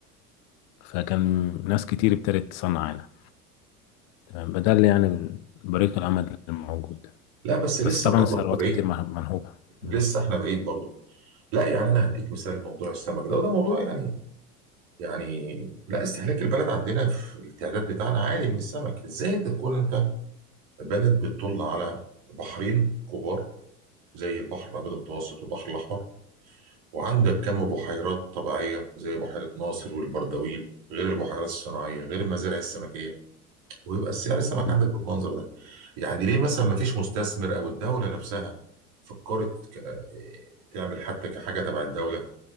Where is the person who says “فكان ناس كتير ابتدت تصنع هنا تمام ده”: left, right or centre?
Left